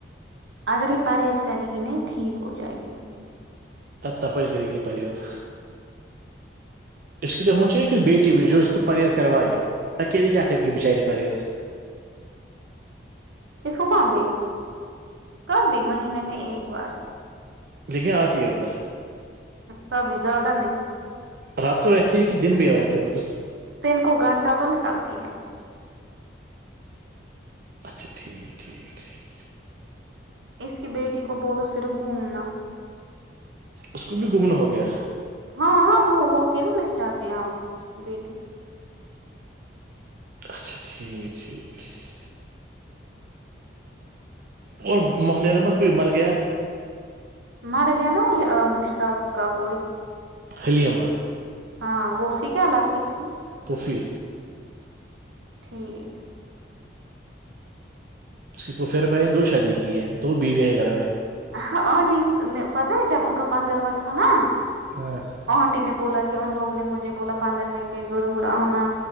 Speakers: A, on the right; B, on the right.
A: اگر یہ پرہیز کرے گی نہیں ٹھیک ہو جائے گی
B: پ ت پڑ کر کی پ گس اس کے لیے ہو چیے پھر بیٹی بھی جو ہے اس کو پرہیز کروائے اکیلی کیا آ کر کی بچاری پاریس
A: یہ سبا بیل کب بھی مہینے میں ایک بار
B: لیکن آتی ہے ادھر
A: کبھی زیادہ نہیں
B: رات کو رہتی ہے کہ دن بھی آ جاتی ہے واپس
A: دن کو گھانٹا تو نکالتی ہے
B: اچھا ٹھیک ٹھیک ٹھیک
A: اس کی بیٹی کو بولو صرف گھومنا
B: اس کو بھی گھوم نا ہو گیا
A: ہاں وہ ہوتی ہے نا مصرا کے یہاں اس کی بیٹی
B: اچھا ٹھیک ٹھیک ٹھیک اور محلے میں مت کوئی مر گیا
A: مر گیا نا وہ مشتاق کا کوئی
B: حلیمہ
A: ہاں وہ اس کی کیا لگتی تھی
B: پفھی
A: ٹھیک
B: س تو پھر بہ دو شادی کی ہے دو بیوے ہیں گھر میں
A: ہاں آنٹی نے پتہ ہے جب ان کا پندرواں تھا نا
B: ہاں
A: آنٹی نے بولا کہ ان لوگوں نے مجھے بولا پندر روپے پہ ضرور آنا